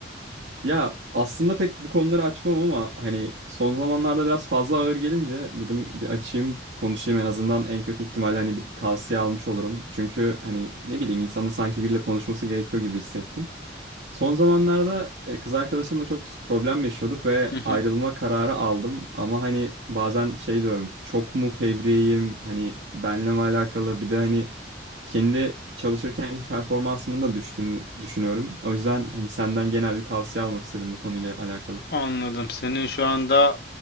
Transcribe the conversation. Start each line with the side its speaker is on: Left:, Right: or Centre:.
Right: ya aslında pek bu konuları açmam ama hani son zamanlarda biraz fazla ağır gelince dedim bir açayım konuşayım en azından en kötü ihtimalle hani bir tavsiye almış olurum. Çünkü hani ne bileyim insanın sanki biriyle konuşması gerekiyor gibi hissettim. Son zamanlarda e, kız arkadaşımla çok problem yaşıyorduk ve
Left: Hı hı.
Right: ayrılma kararı aldım. Ama hani bazen şey diyorum çok mu fevriyim hani benle mi alakalı bir de hani kendi çalışırkenki performansımın da düştüğünü düşünüyorum. O yüzden hani senden genel bir tavsiye almak istedim bu konuyla alakalı.
Left: Anladım. Senin şu anda